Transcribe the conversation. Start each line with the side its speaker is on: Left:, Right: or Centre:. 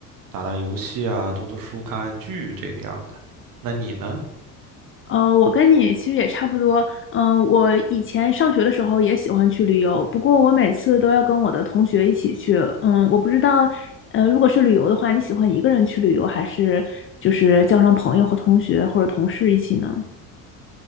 Right: 打打游戏啊，读读书、看看剧这个样的。那你呢？
Left: 呃，我跟你其实也差不多。嗯、我以前上学的时候也喜欢去旅游，不过我每次都要跟我的同学一起去。嗯，我不知道，呃，如果是旅游的话，你喜欢一个人去旅游，还是就是叫上朋友和同学或者同事一起呢？